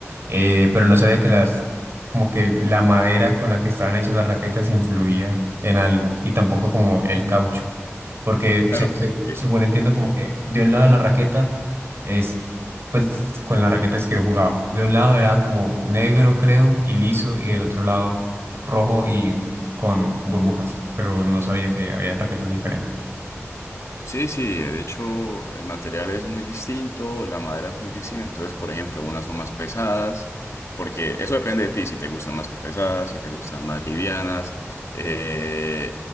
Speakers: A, on the right; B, on the left.
A: Eh, pero no sabía que las. Como que la madera con la que estaban hechas las raquetas influía en algo. Y tampoco como el caucho. Porque
B: Claro,
A: se- se-
B: porque...
A: según entiendo, como
B: Sí.
A: que de un lado la raqueta es pues con las raquetas que yo jugaba. De un lado era como negro, creo, y liso, y del otro lado rojo y con burbujas, pero no sabía que habían raquetas diferentes.
B: Sí, sí, eh, de hecho el material es muy distinto, la madera es muy distinta, entonces por ejemplo unas son más pesadas, porque eso depende de ti, si te gustan más pesadas, si te gustan más livianas, eh,